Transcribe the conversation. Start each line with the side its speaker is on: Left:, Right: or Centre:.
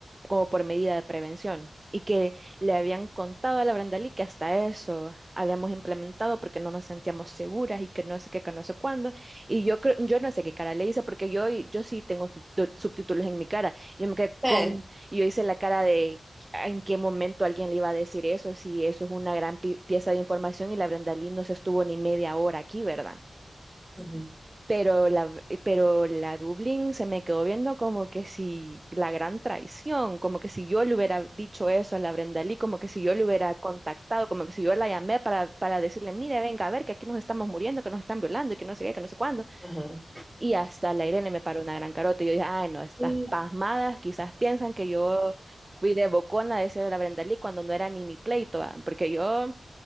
Right: como por medida de prevención y que le habían contado a la Brandalí que hasta eso habíamos implementado porque no nos sentíamos seguras y que no sé qué, que no sé cuándo. Y yo creo, yo no sé qué cara le hice porque yo, yo sí tengo subtu- subtítulos en mi cara. Yo me quedé
Centre: Eh,
Right: con, yo hice la cara de en qué momento alguien le iba a decir eso, si eso es una gran pi- pieza de información y la Brandalí no se estuvo ni media hora aquí, ¿verdad?
Centre: ajá,
Right: Pero la, pero la Dublín se me quedó viendo como que si la gran traición, como que si yo le hubiera dicho eso a la Brenda Lee, como que si yo le hubiera contactado, como que si yo la llamé para, para decirle, mire, venga a ver que aquí nos estamos muriendo, que nos están violando y que no sé qué, que no sé cuándo.
Centre: ajá.
Right: Y hasta la Irene me paró una gran carota y yo dije, ay, no, estas
Centre: Ajá.
Right: pasmadas quizás piensan que yo fui de bocona a decirle a la Brenda Lee cuando no era ni mi pleito, ah, Porque yo...